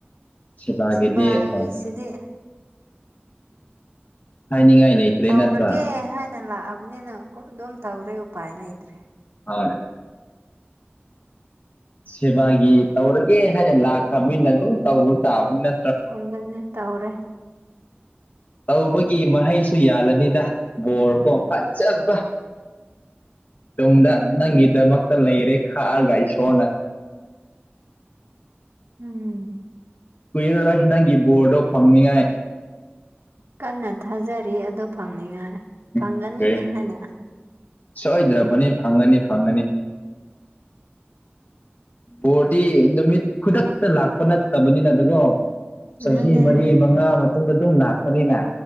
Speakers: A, on the left (about 40°); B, on the right (about 80°).
A: ꯁꯦꯕꯥꯒꯤꯗꯤ
B: ꯁꯤꯕꯒꯤꯁꯤꯗꯤꯦ
A: ꯍꯣꯏ ꯍꯥꯏꯅꯤꯡꯉꯥꯏ ꯂꯩꯇ꯭ꯔꯦ
B: ꯇꯧꯔꯒꯦ
A: ꯅꯠꯇ꯭ꯔꯥ
B: ꯍꯥꯏꯅ ꯂꯥꯛꯑꯕꯅꯤꯅ ꯑꯗꯨꯝ ꯇꯧꯔꯦ ꯎꯄꯥꯏ ꯂꯩꯇ꯭ꯔꯦ
A: ꯑꯅꯦ ꯁꯦꯕꯥꯒꯤ ꯇꯧꯔꯒꯦ ꯍꯥꯏꯅ ꯂꯥꯛꯈ꯭ꯔꯕꯅꯤꯅ ꯑꯗꯨꯝ ꯇꯧꯔꯨ ꯇꯥꯕꯅꯤꯅ
B: ꯍꯗꯅꯦ ꯇꯧ꯭ꯔꯦ
A: ꯇꯧꯕꯒꯤ ꯃꯍꯩꯁꯨ ꯌꯥꯜꯂꯅꯤꯗ ꯕꯣꯔ ꯀꯣ ꯐꯖꯕ
B: <inaudible>
A: ꯇꯨꯡꯗ
B: ꯎꯝ
A: ꯅꯪꯒꯤꯗꯃꯛ ꯂꯩꯔꯦ ꯈꯥꯔꯒꯥꯏꯁꯣꯅ
B: ꯎꯝ
A: ꯀꯨꯏꯔꯔꯣꯏ ꯅꯪꯒꯤ ꯕꯣꯔꯗꯣ ꯐꯪꯅꯤꯉꯥꯏ
B: ꯀꯟꯅ ꯊꯥꯖꯔꯤ ꯑꯗꯨ ꯐꯪꯅꯤꯉꯥꯏ
A: ꯎꯝ
B: ꯐꯪꯒꯅꯤ
A: ꯀꯔꯤ
B: ꯍꯥꯏꯅ
A: ꯁꯣꯏꯗ꯭ꯔꯕꯅꯤ ꯐꯪꯒꯅꯤ ꯐꯪꯒꯅꯤ ꯕꯣꯔꯗꯤ ꯅꯨꯃꯤꯠ ꯈꯨꯗꯛꯇ ꯂꯥꯛꯄ ꯅꯠꯇꯕꯅꯤꯅ ꯑꯗꯨꯒꯣ ꯆꯍꯤ
B: ꯑꯗꯨꯅꯦ
A: ꯃꯔꯤ ꯃꯉꯥ ꯃꯇꯨꯡꯗ ꯑꯗꯨꯝ ꯂꯥꯛꯄꯅꯤꯅ